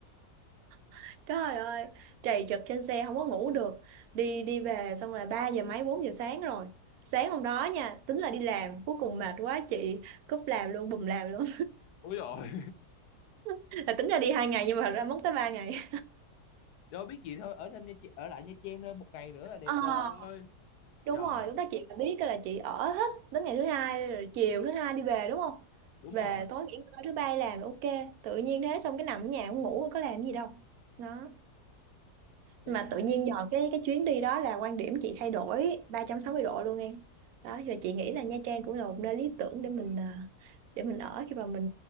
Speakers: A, on the right; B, on the left.
A: <laughs> trời ơi trầy trật trên xe không có ngủ được đi đi về xong là 3 giờ mấy 4 giờ sáng rồi sáng hôm đó nha tính là đi làm cuối cùng mệt quá chị cúp làm luôn bùm làm luôn
B: Ủa rồi.
A: <laughs> là tính ra đi hai ngày nhưng mà thật ra mất tới ba ngày
B: Đâu biết gì thôi, ở thêm Nha Trang, ở lại Nha Trang thêm một ngày nữa là đẹp
A: Ờ
B: rồi.
A: đúng
B: Trời,
A: rồi lúc đó chị đã biết là chị ở hết đến ngày thứ hai rồi chiều thứ hai đi về đúng không
B: đúng
A: về
B: rồi,
A: tối nghỉ ngơi thứ ba làm ok tự nhiên thế xong cái nằm ở nhà cũng ngủ có làm gì đâu đó
B: tiếc
A: mà
B: nhỉ.
A: tự nhiên nhờ cái cái chuyến đi đó là quan điểm chị thay đổi 360 độ luôn em đó và chị nghĩ là Nha Trang cũng là một nơi lý tưởng để mình à, để mình ở khi mà mình